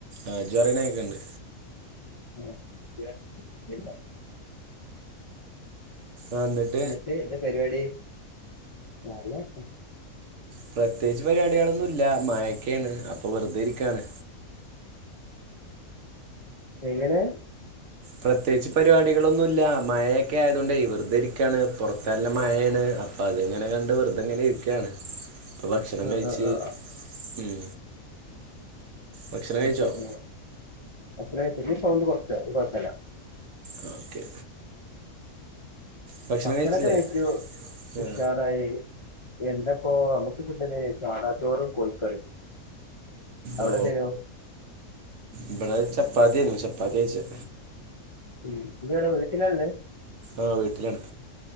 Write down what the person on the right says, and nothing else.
ആഹ് ജ് പറിണ കേക്ക്ണ്ട്.
ആഹ് ണ്ട്.
പ്രത്യേകിച്ച് പരിപാട്യാളൊന്നൂല്ല, മായൊക്കെണ് അപ്പൊ വെറുതെ ഇരിക്കാണ്.
പ്രത്യേകിച്ച് പരിപാടികളൊന്നുല്ല മയയൊക്കെ ആയതൊണ്ടേ വെർ തെരിക്കാണ് പുറത്തല്ല മഴയാണ് അ അതെങ്ങനെ കണ്ട് വെറുതെ എങ്ങനെ ഇരിക്കുകയാണ് ഇപ്പൊ ഭക്ഷണം
കഴിച്ച്
ഉം ഭക്ഷണം
കഴിച്ചോ
ആ ഓക്കെ ഭക്ഷണം
കഴിച്ചില്ലേ
ആ
ഓ
ഇവിടെ ചപ്പാത്തിയാനു ചപ്പാത്തിയാ കഴിച്ചേ
ആ വീട്ടിലാണ്